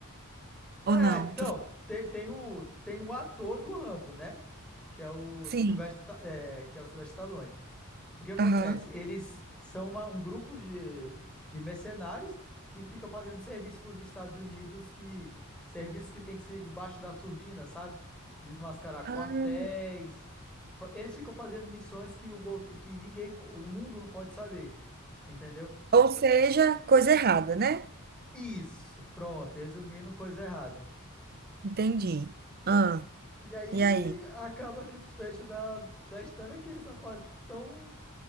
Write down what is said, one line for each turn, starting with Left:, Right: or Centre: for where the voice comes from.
Right: ou
Centre: É,
Right: não?
Centre: não,
Right: Tô-
Centre: tem, tem o, tem o ator do Rambo, né? Que é o
Right: Sim.
Centre: Sylvester, Sta- é, que é o Sylvester Stallone. O que acontece?
Right: Aham.
Centre: Eles são uma- um grupo de, de mercenários que fica fazendo serviço para os Estados Unidos, que serviços que tem que ser debaixo da surdina, sabe? Desmascarar quartéis.
Right: Ah.
Centre: Fa- Eles ficam fazendo missões que o gov- que ninguém, o mundo não pode saber, entendeu?
Right: Ou seja, coisa errada, né?
Centre: Isso, pronto, resumindo, coisa errada.
Right: Entendi. Ah,
Centre: E aí
Right: e aí?
Centre: acaba que o desfecho da, da história é que eles estão tão, fa- tão,